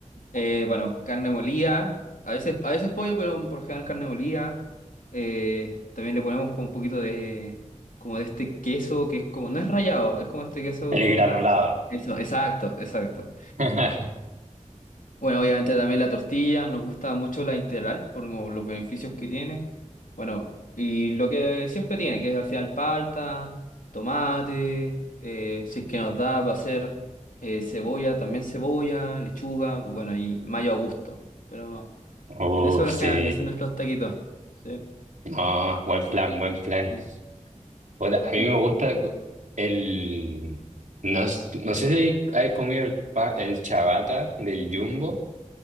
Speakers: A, on the left; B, on the right.
A: eh, bueno, carne molida, a veces, a veces pollo, pero por lo general carne molida. Eh, también le ponemos como un poquito de, como de este queso que es como, no es rallado, es como este queso,
B: El granulado.
A: nada. Eso, exacto, exacto.
B: <laughs>
A: Bueno, obviamente también la tortilla, nos gusta mucho la integral por como los beneficios que tiene. Bueno, y lo que siempre tiene, que es al final palta, tomate, eh, si es que nos da para hacer eh, cebolla, también cebolla, lechuga, bueno, y mayo a gusto. Pero
B: Uf,
A: en eso, en
B: sí.
A: general, ese es nuestros taquitos. Sí.
B: No, buen plan, buen plan.
A: Sí.
B: Puta, a mí
A: Y
B: me gusta el... No, s- no sé si has comido el pan, el chabata del Jumbo.